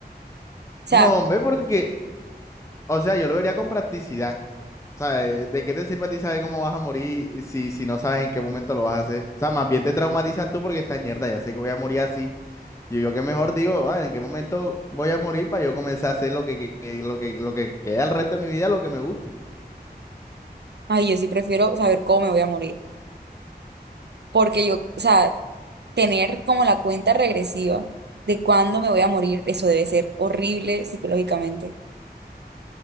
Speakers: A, on the right; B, on the left.
A: O
B: No,
A: sea,
B: hombre, porque, o sea, yo lo vería con practicidad. O sea, ¿de de qué te sirve a ti saber cómo vas a morir si, si no sabes en qué momento lo vas a hacer? O sea, más bien te traumatizas tú porque estás mierda, ya sé que voy a morir así. Yo, yo que mejor digo, "Ah, ¿en qué momento voy a morir para yo comenzar a hacer lo que, que- que- lo que, lo que queda el resto de mi vida, lo que me guste?
A: ay, yo sí prefiero saber cómo me voy a morir. Porque yo, o sea, tener como la cuenta regresiva de cuándo me voy a morir, eso debe ser horrible psicológicamente.